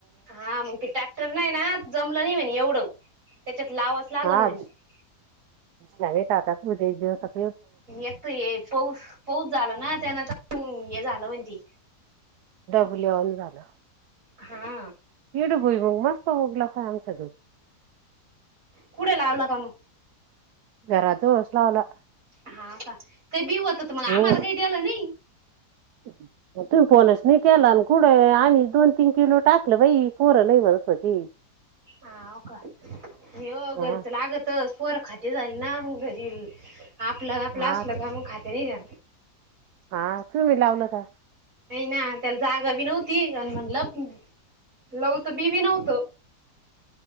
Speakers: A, on the right (about 50°); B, on the right (about 75°).
A: हा मग ते ट्रॅक्टर नाही ना जमलं नाही म्हने एवढं. त्याच्यात लावाच लागन
B: हा
A: म्हणे
B: नवे काका होते ग.
A: एकत ये पाऊस पाऊस झाला ना त्यांना हम्म हे झालं म्हती.
B: <unintelligible> झालं
A: हा.
B: हिगड भुईमुग मस्त होगला आमचं ग.
A: कुठे लावला काणू.
B: वरदोस लावला.
A: हा का ते बी होत मग आम्हाला
B: हो,
A: काही द्यालं नाही
B: तुम्ही फोनच नाही केलान. कुडं आम्हीच दोन तीन किलो टाकलं बाई पोरं नाही, म्हणत होती.
A: हाव का? नाही ओ
B: हा
A: घरच लागतच. पोर खाते झाले ना, मग घरी आपलं आपलं
B: हा
A: असलं का मग खाते नाही ना.
B: हा तुम्ही लावल का?
A: नाही ना त्याला जागा बी नव्हती, अन म्हणलं लवु त बी बी नव्हत.